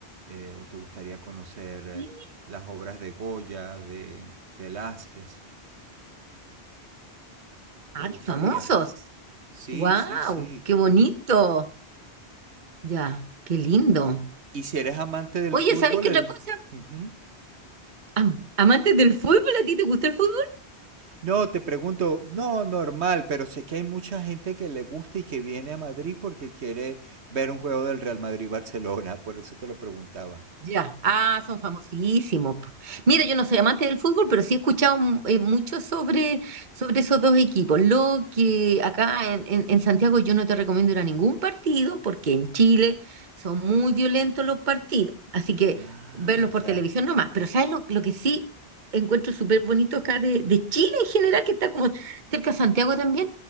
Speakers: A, on the right (about 80°); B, on the right (about 45°).
A: eh, o te gustaría conocer eh,
B: Sí.
A: las obras de Goya, de Velázquez.
B: ¡Ah,
A: ¿Te gustaría?
B: qué famosos!
A: Sí,
B: ¡Wow!
A: sí, sí.
B: ¡Qué bonito! Ya, qué lindo.
A: ¿Y si eres amante del
B: Oye,
A: fútbol,
B: ¿sabes qué
A: el...
B: otra cosa?
A: Ujú.
B: Am- amantes del fútbol, ¿a ti te gusta el fútbol?
A: No, te pregunto, no, normal, pero sé que hay mucha gente que le gusta y que viene a Madrid porque quiere ver un juego del Real Madrid-Barcelona, por eso te lo preguntaba.
B: Ya, ah, son famosísimos. po. Mira, yo no soy amante del fútbol, pero sí he escuchado mm, eh, mucho sobre, sobre esos dos equipos. Lo que acá en, en- en Santiago yo no te recomiendo ir a ningún partido, porque en Chile son muy violentos los partidos, así que
A: Ah,
B: verlos por
A: ya.
B: televisión nomás. Pero ¿sabes lo, lo que sí encuentro súper bonito acá de, de Chile en general, que está como cerca de Santiago también?